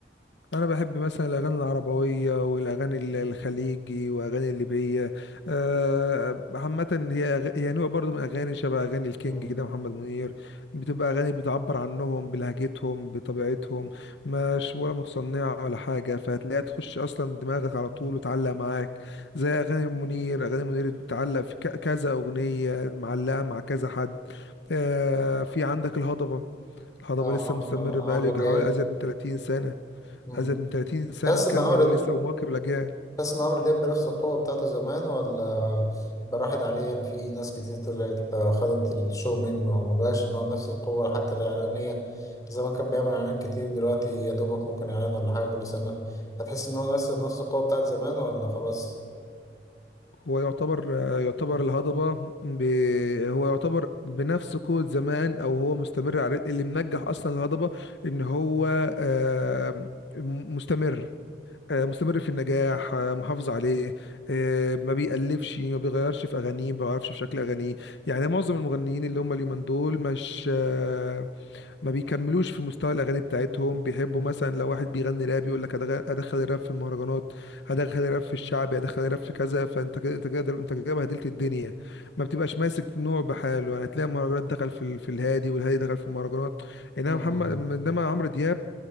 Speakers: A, on the left (about 80°); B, on the left (about 20°).
A: انا بحب مثلا الاغاني العربويه والاغاني ال- الخليجي واغاني الليبيه آه، عامه هي أغ- هي نوع برضو من اغاني شبه اغاني الكينج
B: مم.
A: كده محمد منير بتبقى اغاني بتعبر عنهم بلهجتهم بطبيعتهم مش ولا متصنعه ولا حاجه فهتلاقيها تخش اصلا دماغك على طول وتعلق معاك زي اغاني منير اغاني منير بتعلق في ك- كذا اغنيه معلقه مع كذا حد آه، في عندك الهضبة الهضبة
B: اه
A: لسه
B: محمد
A: مستمر بقاله
B: عمرو
A: يجي
B: دياب
A: حوالي أزيد من 30 سنة
B: مم.
A: أزيد من 30 سنة
B: تحس
A: مكمل
B: ان عمرو
A: ولسه ومواكب الأجيال
B: تحس ان عمرو دياب بنفس القوة بتاعته زمان ولا براحت عليه يعني في ناس كتير طلعت آه، خدت الشو منه وما بقاش ان هو بنفس القوة حتى الإعلانية زمان كان بيعمل إعلانات كتير دلوقتي يا دوبك ممكن إعلان ولا حاجة كل سنة هتحس ان هو نفس بنفس القوة بتاعت زمان ولا خلاص
A: هو يعتبر آه، يعتبر الهضبة ب... هو يعتبر بنفس قوة زمان أو هو مستمر على الريت اللي منجح أصلا الهضبة إن هو آه، م- مستمر آه، مستمر في النجاح آه، محافظ عليه آه، ما بيألفش ما بيغيرش في أغانيه ما بيغيرش في شكل أغانيه يعني معظم المغنيين اللي هم اليومين دول مش آه، ما بيكملوش في مستوى الاغاني بتاعتهم بيحبوا
B: مم.
A: مثلا لو واحد بيغني راب يقول لك ادخل الراب في المهرجانات هدخل الراب في الشعبي هدخل الراب في كذا فانت كده انت كده انت كده بهدلت الدنيا ما بتبقاش ماسك نوع بحاله يعني تلاقي المهرجانات دخل في ال- في الهادي والهادي دخل في المهرجانات انما
B: مم.
A: محمد
B: مم.
A: انما عمرو دياب